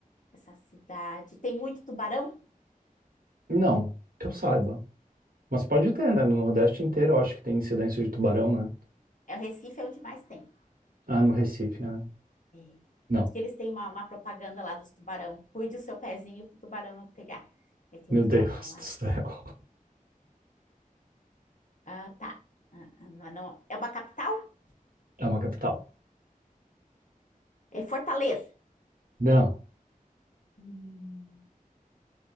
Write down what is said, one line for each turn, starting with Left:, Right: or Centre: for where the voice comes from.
Left: essa cidade. Tem muito tubarão?
Right: Não. Que eu saiba. Mas pode ter, né? No Nordeste inteiro eu acho que tem incidência de tubarão, né?
Left: É o Recife é onde mais tem.
Right: Ah, no Recife, né?
Left: É.
Right: Não.
Left: Tanto que eles têm uma, uma propaganda lá dos tubarão. Cuide o seu pezinho pro tubarão não pegar. Aí tem
Right: Meu
Left: o tubarão
Right: Deus
Left: lá.
Right: do céu.
Left: Ah, tá. Ah, ah, não, é, não. É uma capital?
Right: É uma capital.
Left: É Fortaleza.
Right: Não,
Left: Hum,